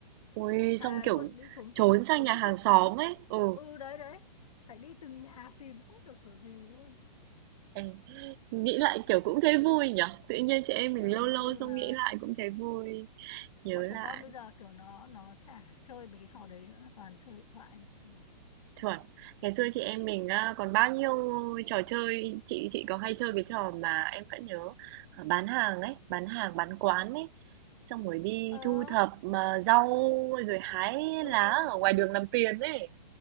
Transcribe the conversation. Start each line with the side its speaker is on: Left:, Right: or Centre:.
Right: Ui,
Left: thề
Right: xong kiểu
Left: luôn đi trốn
Right: trốn
Left: tìm
Right: sang
Left: trốn
Right: nhà
Left: tìm
Right: hàng
Left: trong
Right: xóm
Left: xóm
Right: ấy. Ừ.
Left: ừ đấy đấy phải đi từng nhà tìm không được kiểu gì luôn
Right: Ê, nghĩ lại kiểu cũng thấy vui nhở Tự nhiên chị em mình
Left: ừ
Right: lâu lâu
Left: vui
Right: xong
Left: mà
Right: nghĩ lại cũng thấy vui. Nhớ
Left: bọn trẻ
Right: lại.
Left: con bây giờ kiểu nó nó chả chơi mấy cái trò đấy nữa toàn chơi điện thoại ừ
Right: Chuẩn. Ngày xưa chị em mình á, còn bao nhiêu trò chơi, chị chị có hay chơi cái trò mà em vẫn nhớ, ờ, bán hàng ấy, bán hàng, bán quán ấy. Xong rồi đi
Left: ờ
Right: thu thập mà rau rồi hái
Left: ừ
Right: lá
Left: ừ ừ,
Right: ở ngoài
Left: ừ.
Right: đường làm tiền ấy.